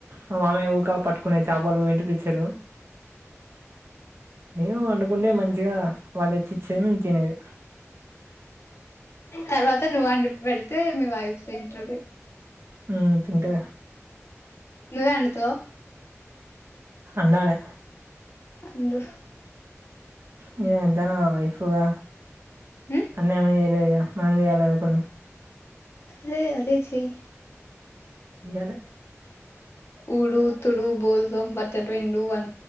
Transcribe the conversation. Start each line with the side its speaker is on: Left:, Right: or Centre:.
Right: మా మామయ్య ఉకప్ పట్టుకునే చేపలు ఎండ్రికిచ్చలు ఎం వండుకుంటే మంచిగా వాళ్ళు తెచ్చి ఇచ్చేది మీము తినేది
Left: తర్వాత నువ్వు అండి పెడితే మీ వైఫ్ తింటది
Right: ఉమ్ తింటే
Left: నువ్వే వండుతావా
Right: అండలే
Left: అండు
Right: ఇగ ఎంతైనా వైఫ్గా
Left: హ్మ్
Right: అన్ని ఆమెనే చేయలేదుగా మనం చేయాలి కద కొన్ని
Left: యి అదే చెయ్
Right: చెయ్యాలె
Left: ఊడు తుడు బోళ్ళు తొమ్ బట్టలు పిండు వం